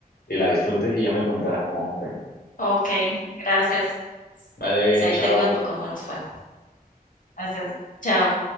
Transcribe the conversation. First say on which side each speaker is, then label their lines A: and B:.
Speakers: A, on the left; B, on the left.
A: Y la disfrutes y ya me contarás cómo fue.
B: Ok, gracias.
A: Vale,
B: Si ahí
A: chao.
B: te cuento cómo nos fue. Gracias. Chao.